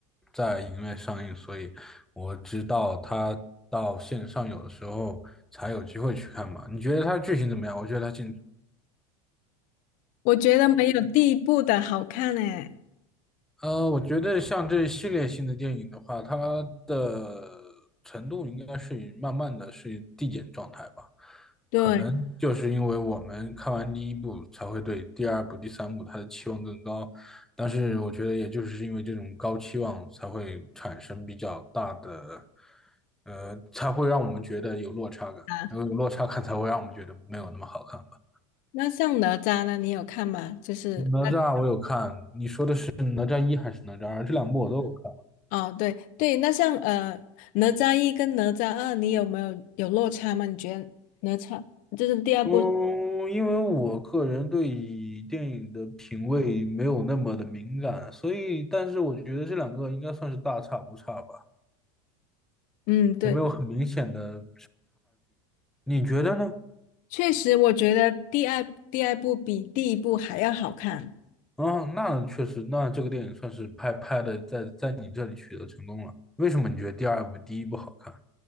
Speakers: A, in the centre; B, on the left.
A: 在影院上映，所以我知道他到线上有的时候才有机会去看嘛。你觉得他剧情怎么样？我觉得他进
B: 我觉得没有第一部的好看诶。
A: 呃，我觉得像这系列性的电影的话，它的程度应该是慢慢的是递减状态吧。
B: 对
A: 可能就是因为我们看完第一部，才会对第二部、第三部它的期望更高。但是我觉得，也就是因为这种高期望，才会产生比较大的，呃，才会让我们觉得有落差感，
B: 啊，
A: 然后有落差感才会让我们觉得没有那么好看吧。
B: 那像哪吒呢？你有看吗？就是
A: 哪吒我有看，你说的是哪吒一还是哪吒二？这两部我都有看。
B: 那哦，对对，那像呃，哪吒一跟哪吒二，你有没有有落差吗？你觉得哪吒就是第二部？
A: 嗯，因为我个人对于电影的品味没有那么的敏感，所以，但是我觉得这两个应该算是大差不差吧，
B: 嗯，对，
A: 也没有很明显的。你觉得呢？
B: 确实，我觉得第二第二部比第一部还要好看。
A: 啊，那确实，那这个电影算是拍拍的在在你这里取得成功了。为什么你觉得第二部第一部好看？